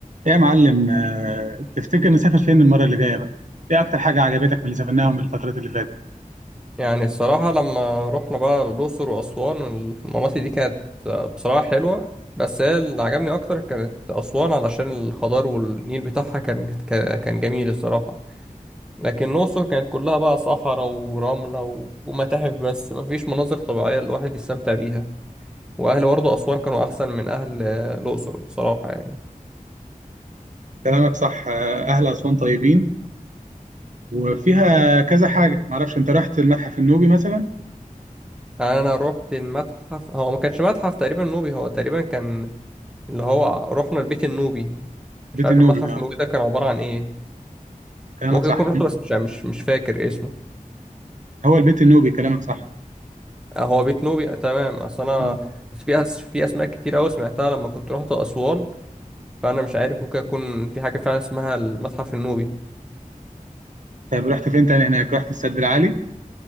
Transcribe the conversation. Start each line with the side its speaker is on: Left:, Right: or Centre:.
Right: إيه يا معلم آه، تفتكر نسافر فين المرة اللي جاية بقى؟ ايه أكتر حاجة عجبتك من اللي سافرناها من الفترات اللي فاتت؟
Centre: يعني الصراحة لما رحنا بقى الأقصر وأسوان المناطق دي كانت آه، بصراحة حلوة بس هي اللي عجبني أكتر كانت أسوان علشان الخضار والنيل بتاعها كان كا- كان جميل الصراحة لكن الأقصر كانت كلها بقى صحراء ورملة و- ومتاحف بس مفيش مناظر طبيعية الواحد يستمتع بيها وأهل برضه أسوان كانوا أحسن من أهل آه، الأقصر بصراحة يعني
Right: كلامك صح آه، أهل أسوان طيبين وفيها كذا حاجة معرفش أنت رحت المتحف النوبي مثلا؟
Centre: أنا رحت المتحف هو ما كانش متحف تقريبا نوبي هو تقريبا كان اللي هو رحنا البيت النوبي
Right: بيت
Centre: مش عارف
Right: النوبي
Centre: المتحف
Right: أه
Centre: النوبي ده كان عبارة عن إيه
Right: كلامك
Centre: ممكن
Right: صح
Centre: اكون رحت بس مش مش مش فاكر اسمه
Right: هو البيت النوبي كلامك صح
Centre: آه، هو بيت نوبي آه، تمام اصل انا
Right: أه
Centre: بس في أس... في اسماء كتير قوي سمعتها لما كنت رحت اسوان فانا مش عارف ممكن اكون في حاجه فعلا اسمها المتحف النوبي
Right: طيب رحت فين تاني هناك؟ رحت السد العالي؟